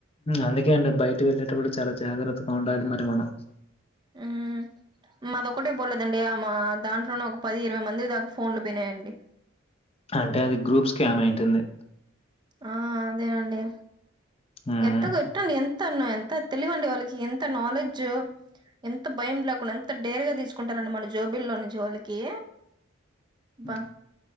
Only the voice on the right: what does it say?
ఉమ్ మాదొక్కటే బలేదండి మా దాంట్ ఇకడున పది ఇరవై మంది దాకా ఫో ఫోన్లు బియినాయండి
ఆ అదే అండి
ఎట్టకు ఎట్టం ఎంత ఏంటన్న ఎంత తెలివండి వాళ్ళకి ఎంత నాలెడ్జ్ ఎంత భయం లేకుండా ఎంత ఎంత డేరుగా తీసుకుంటారండీ మనీ జోబిలోని జోలికి బా